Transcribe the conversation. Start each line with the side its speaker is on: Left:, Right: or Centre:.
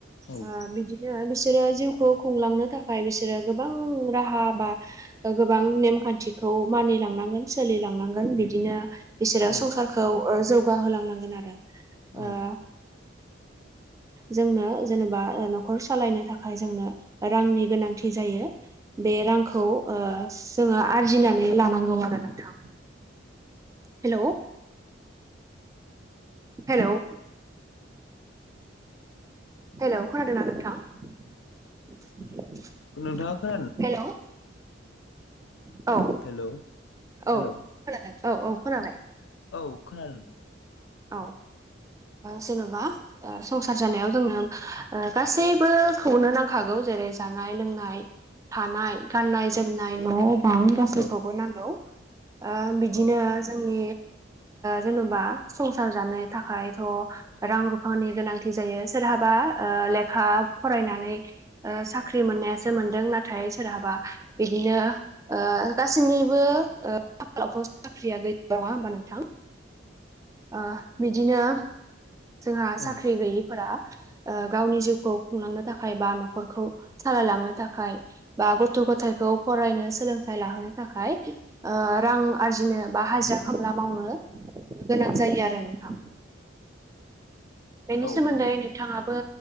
Left: औ
Right: ओ बिदिनो बिसोरो जिउखौ खुंलांनो थाखाय बिसोरो गोबां राहा बा गोबां नेमखान्थिखौ मानिलांनांगोन सोलिलांनांगोन बिदिनो बिसोरो
Left: औ
Right: संसारखौ जौगाहोलांनांगोन आरो
Left: औ
Right: ओ जोंनो जेनेबा न'खर सालायनो थाखाय जोंनो रांनि गोनांथि जायो। बे रांखौ ओ जोङो आरजिनानै लानांगौ आरो नोंथां। हेल' हेल' हेल' खोनादों ना नोंथां? <unintelligible>
Left: नोंथाङा खोना
Right: हेल' औ
Left: हेलौ
Right: औ
Left: हेलौ
Right: खोनादों औ औ खोनाबाय।
Left: औ खोनादों।
Right: औ जेन'बा संसार जानायाव जोंनो गासैबो खौनो नांखागौ जेरै जानाय लोंनाय थानाय गाननाय जोमनाय न' बां गासैखौबो
Left: नोंथां औ
Right: नांगौ। ओ बिदिनो
Left: औ
Right: जोंनि जेन'बा संसार जानो थाखायथ' रां रुफानि गोनांथि जायो सोरहाबा ओ लेखा फरायनानै ओ साख्रि मोननायासो मोनदों नाथाय सोरहाबा बिदिनो ओ गासैनिबो खाफालाव साख्रिया गैया नङा होमबा नोंथां। ओ बिदिनो जोंहा
Left: औ
Right: साख्रि गैयि फोरा गावनि जिउखौ खुंलांनो थाखाय बा न'खरखौ सालायलांनो थाखाय बा गथ' गथायखौ फरायनो सोलोंथाइ लाहोनो थाखाय ओ रां आरजिनो बा हाजिरा खामला मावनो गोनां जायो आरो नोंथां बेनि
Left: औ
Right: सोमोन्दै
Left: नंगौ
Right: नोंथाङाबो